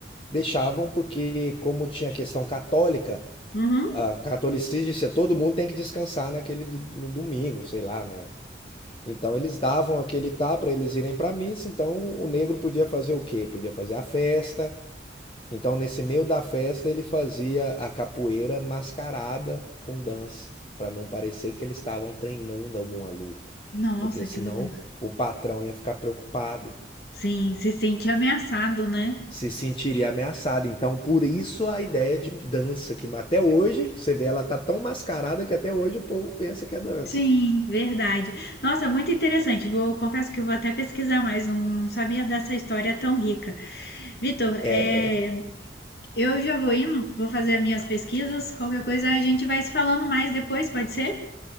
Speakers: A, on the left (about 30°); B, on the left (about 65°).
A: Deixavam porque, como tinha questão católica,
B: Uhum.
A: A catolicismo dizia, todo mundo tem que descansar naquele d- no domingo, sei lá, né? Então eles davam aquele tá para eles irem para missa, então o negro podia fazer o quê? Podia fazer a festa. Então nesse meio da festa ele fazia a capoeira mascarada com dança, para não parecer que eles estavam treinando alguma luta,
B: Nossa,
A: porque senão
B: que legal.
A: o patrão ia ficar preocupado.
B: Sim, se sente ameaçado, né?
A: se sentiria ameaçada. Então, por isso a ideia de dança, que até hoje, você vê, ela tá tão mascarada que até hoje o povo pensa que é dança.
B: Sim, verdade. Nossa, muito interessante. Vou, confesso que vou até pesquisar mais, não, não sabia dessa história tão rica. Vitor,
A: É,
B: é, eu já vou indo, vou fazer as minhas pesquisas. Qualquer coisa a gente vai se falando mais depois, pode ser?